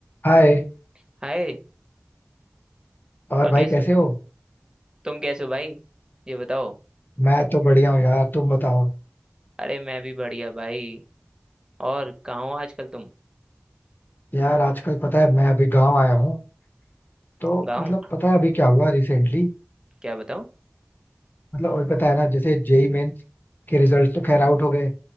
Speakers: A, on the left; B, on the right.
A: हाय
B: हाय
A: और
B: और
A: भाई
B: कैसे
A: कैसे
B: हो
A: हो
B: तुम कैसे हो भाई ये बताओ
A: मैं तो बढ़िया हूँ यार तुम बताओ
B: अरे मैं भी बढ़िया भाई और कहाँ हो आजकल तुम
A: यार आजकल पता है मैं अभी गांव आया हूँ तो
B: गाँव
A: मतलब पता है अभी क्या हुआ रिसेंटली
B: क्या बताओ
A: मतलब अभी पता है ना जैसे जेई मेंस के रिजल्ट तो खैर आउट हो गए